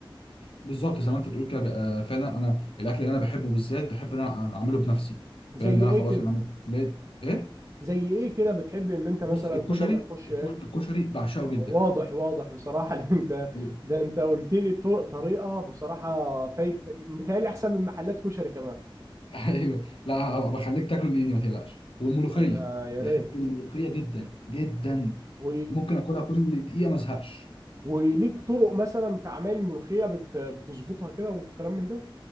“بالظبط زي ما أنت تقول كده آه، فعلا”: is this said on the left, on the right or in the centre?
Left